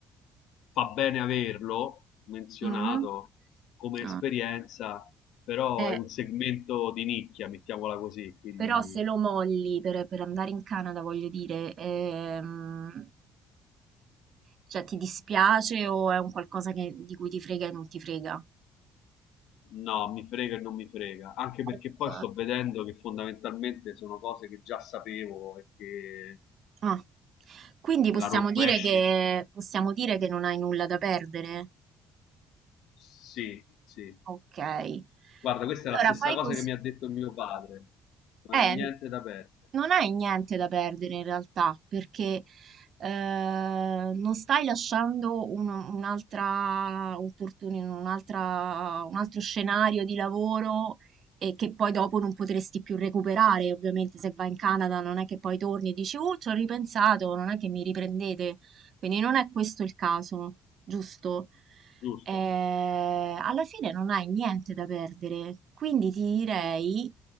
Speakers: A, on the left (about 75°); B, on the right (about 55°).
A: fa bene averlo menzionato
B: Mm?
A: come
B: Ah,
A: esperienza, però
B: eh,
A: è un segmento di nicchia, mettiamola così, quindi
B: Però se lo molli per, per andare in Canada, voglio dire, ehm, cioè ti dispiace o è un qualcosa che- di cui ti frega e non ti frega?
A: no, mi frega e non mi frega, anche perché
B: Ok.
A: poi sto vedendo che fondamentalmente sono cose che già sapevo e che
B: Ah, quindi
A: se
B: possiamo
A: la rovesci,
B: dire che, possiamo dire che non hai nulla da perdere?
A: sì, sì.
B: Ok. Allora
A: Guarda, questa è la stessa
B: fai
A: cosa
B: così.
A: che mi ha detto mio padre. Non
B: Eh,
A: è niente da perdere.
B: Non hai niente da perdere in realtà, perché eh, non stai lasciando un- un'altra opportunità, un'altra- un altro scenario di lavoro e che poi dopo non potresti più recuperare. Ovviamente se vai in Canada non è che poi torni e dici, oh, ci ho ripensato, non è che mi riprendete. Quindi non è questo il caso, giusto?
A: Giusto,
B: Eh, alla fine non hai niente da perdere, quindi ti direi